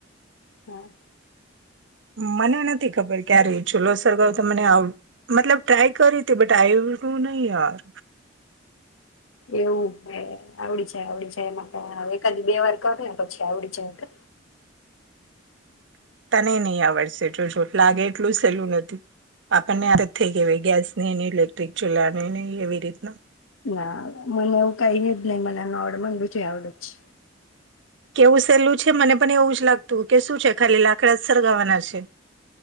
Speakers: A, on the left; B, on the right.
A: હા.
B: મને નથી ખબર ક્યારે ચુલો સરગાવ તો મને આવ મતલબ ટ્રાય કરી તી, બટ આઇવું <unintelligible> નહી યાર
A: એવું હે આવડી જાય, આવડી જાય, એમાં કા એકાદ બે વાર કરે ને પછી આવડી જાય કે
B: તને નઈ આવડશે જોજો, લાગે એટલું સહેલું નથી પાક આપને આદત થઈ કેવાય ગેસની ની ઇલેક્ટ્રિક ચૂલાની નઈ એવી રીતના
A: ના મને એવું કઈ ન જ નઈ, મને નોર્મલ બધુંય આવડેજ છે.
B: કેવું સહેલું છે, મને પણ એવું જ લાગતું, કે શું છે ખાલી લાકડા સરગાવાના છે.